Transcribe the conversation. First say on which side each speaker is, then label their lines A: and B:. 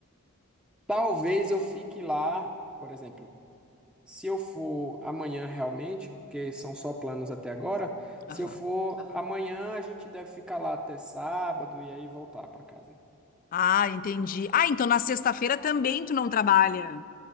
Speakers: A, in the centre; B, on the left.
A: Talvez eu fique lá, por exemplo, se eu for amanhã realmente, porque são só planos até agora,
B: Aham.
A: se eu for amanhã, a gente deve ficar lá até sábado e aí voltar para casa.
B: Ah, entendi. Ah, então na sexta-feira também tu não trabalha.